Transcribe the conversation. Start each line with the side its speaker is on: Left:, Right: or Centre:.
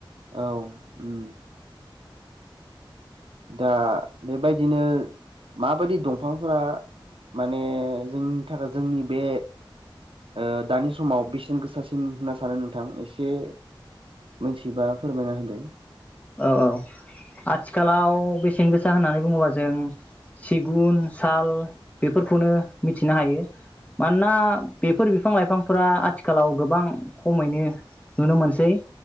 Right: औ उम। दा बेबायदिनो माबायदि दंफांफोरा माने जोंनि थाखाय जोंनि बे ओ दानि समाव बेसेन गोसासिन होनना सानो नोंथां एसे मोन्थिबा फोरमायना होदो।
Left: औ औ आथिखालाव बेसेन गोसा होननानै बुङोबा जों सिगुन साल बेफोरखौनो मिथिनो हायो। मानोना बेफोर बिफां-लाइफांफोरा आथिखालाव गोबां खमैनो नुनो मोनसै।